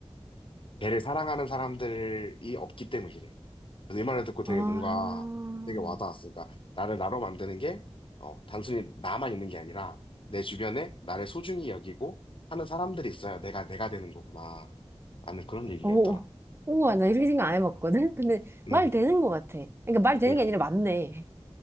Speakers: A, on the left; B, on the right.
A: 걔를 사랑하는 사람들이 없기 때문이래. 그래서 이 말을 듣고 되게
B: 아,
A: 뭔가 되게 와닿았어. 그러니까 나를 나로 만드는 게 어, 단순히 나만 있는 게 아니라 내 주변에 나를 소중히 여기고 하는 사람들이 있어야 내가 내가 되는 거구나. 라는 그런 얘기가
B: 오,
A: 있더라.
B: 우와, 나 이렇게 생각 안 해봤거든? 근데
A: 음.
B: 말 되는 것 같아. 그러니까 말 되는
A: 그러니까
B: 게 아니라 맞네.